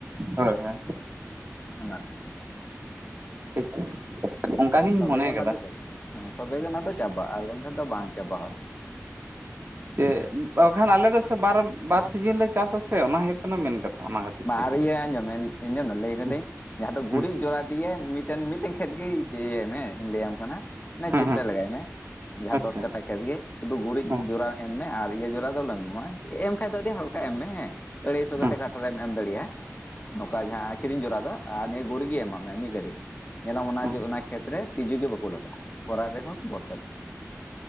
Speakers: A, on the right; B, on the left.
A: ᱦᱳᱭ ᱦᱳᱭ
B: ᱚᱱᱟᱛᱮ
A: ᱴᱷᱤᱠ ᱚᱱᱠᱟ ᱜᱤᱧ
B: ᱛᱚᱵᱮᱜᱮ
A: ᱢᱚᱱᱮ
B: ᱚᱱᱟ
A: ᱠᱟᱫᱟ
B: ᱫᱚ ᱪᱟᱵᱟᱜ ᱦᱮᱸ ᱛᱚᱵᱮᱜᱮ ᱚᱱᱟ ᱫᱚ ᱪᱟᱵᱟᱜᱼᱟ ᱟᱨ ᱵᱟᱝᱠᱷᱟᱱ ᱫᱚ ᱵᱟᱝ ᱪᱟᱵᱟᱜ ᱟ
A: ᱥᱮ ᱵᱟᱠᱷᱟᱱ ᱟᱞᱮ ᱫᱚ ᱥᱮ ᱵᱟᱨ ᱵᱟᱨ ᱥᱤᱡᱤᱱ ᱞᱮ ᱪᱟᱥ ᱟ ᱥᱮ ᱚᱱᱟ ᱦᱩᱭᱩᱜ ᱠᱟᱱᱟ ᱢᱮᱱ ᱠᱟᱛᱷᱟ ᱚᱱᱟ ᱠᱷᱟᱹᱛᱤᱨ
B: ᱵᱟᱝ
A: ᱛᱮᱜᱮ
B: ᱟᱨ ᱤᱭᱟᱹ ᱟᱡᱚᱢ ᱢᱮ ᱤᱧ <unintelligible> ᱞᱟᱹᱭ ᱠᱟᱫᱤᱧ
A: ᱦᱩᱸ
B: ᱡᱟᱦᱟᱸ ᱫᱚ ᱜᱩᱨᱤᱡ
A: ᱦᱩᱸ
B: ᱡᱚᱨᱟ ᱫᱤᱭᱮ ᱢᱤᱫᱴᱮᱱ ᱢᱤᱫᱴᱮᱱ ᱠᱷᱮᱛ ᱜᱮ ᱤᱭᱟᱹᱭ ᱢᱮ ᱤᱧ ᱞᱟᱹᱭᱟᱢ ᱠᱟᱱᱟ
A: ᱦᱮᱸ
B: ᱪᱮᱥᱴᱟ
A: ᱦᱮᱸ
B: ᱞᱮᱜᱟᱭ ᱢᱮ ᱡᱟᱦᱟᱸ
A: ᱟᱪᱪᱷᱟ
B: ᱫᱚᱥ ᱠᱟᱴᱷᱟ ᱠᱷᱮᱛ ᱜᱮ ᱥᱩᱫᱷᱩ ᱜᱩᱨᱤᱡ
A: ᱦᱮᱸ
B: ᱡᱚᱨᱟ ᱮᱢ ᱢᱮ ᱟᱨ ᱤᱭᱟᱹ ᱡᱚᱨᱟ ᱫᱚ ᱟᱞᱚᱢ ᱮᱢᱟ ᱮᱢ ᱠᱷᱟᱱ ᱫᱚ ᱟᱹᱰᱤ ᱦᱟᱞᱠᱟ ᱮᱢ ᱢᱮ ᱦᱮᱸ ᱟᱹᱲᱟᱹᱭᱥᱚ ᱠᱟᱛᱮ
A: ᱦᱮᱸ
B: <unintelligible> ᱮᱢ ᱫᱟᱲᱮᱭᱟᱜᱼᱟ ᱱᱚᱝᱠᱟ ᱡᱟᱦᱟᱸ ᱠᱤᱨᱤᱧ ᱡᱚᱨᱟ ᱫᱚ ᱟᱨ ᱱᱤᱭᱟᱹ ᱜᱩᱨᱤᱡ ᱜᱮ ᱮᱢᱟᱜ ᱢᱮ ᱢᱤᱫ ᱜᱟᱹᱰᱤ ᱧᱮᱞᱟᱢ
A: ᱦᱮᱸ
B: ᱚᱱᱟ ᱚᱱᱟ ᱠᱷᱮᱛᱨᱮ ᱛᱤᱡᱩ ᱜᱮ ᱵᱟᱠᱚ ᱞᱟᱜᱟᱜᱼᱟ ᱠᱚᱨᱟ ᱨᱮᱦᱚᱸ ᱯᱨᱚᱥᱮᱥ